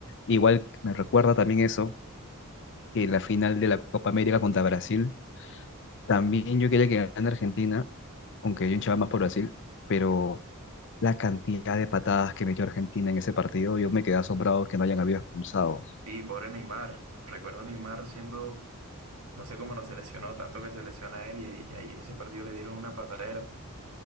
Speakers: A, on the left; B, on the right.
A: Igual me recuerda también eso que la final de la Copa América contra Brasil. También yo quería que ganara Argentina, aunque yo hinchaba más por Brasil, pero la cantidad de patadas que metió Argentina en ese partido, yo me quedé asombrado que no hayan habido expulsados.
B: sí, pobre Neymar, recuerdo a Neymar siendo, no sé cómo no se lesionó, tanto que se lesiona él y, y ahí en ese partido le dieron una patadera.